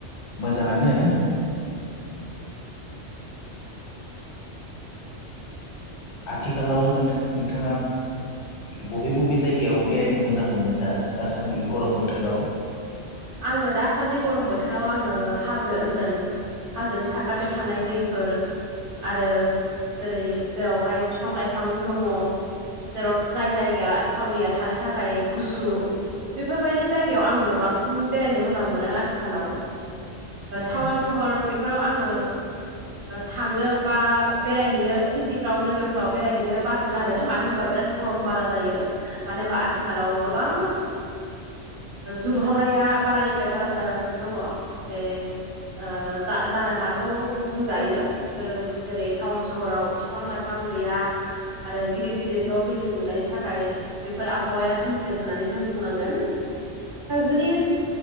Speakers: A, on the left; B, on the right.
A: मोजाङानो आथिखालाव नोंथाङा बबे बबे जायगायाव बेरायनो मोजां मोनो दा दासान्दि गरम बोथोराव
B: आङो दासान्दि गरम बोथोराव आङो हाजो ओनसोल हाजोनि साखाथियाव थानाय दैफोर आरो जेरै जेरावहाय बिफां लाइफां दङ जेराव जाय जायगाया थावनिया थानो थाखाय गुसु बेफोरबायदि जायगायाव आङो बांसिन बेरायनो मोजां मोनो आथिखालाव टाउन
A: औ
B: सहर बेफोराव आङो थांनो बा बेरायहैनो सिटिफ्राव नोगोरफ्राव बेरायहैनो बासोगारो मानो होनबा बिराद गरम बारा जायो मानो हबा आथिखालाव गोबां दुं हावनाया बारानिफ्राय बारा जागासिनो दङ बे ओ जा जानो हागौ बुंजायो ओ जेरै टाउन सहराव बिफां लाइफां गैया आरो गिदिर गिदिर न' बिल्डिं लुनायनि थाखाय बेफोर आबहावाया सोमजिदों होननानै जों बुंनांगोन जुदि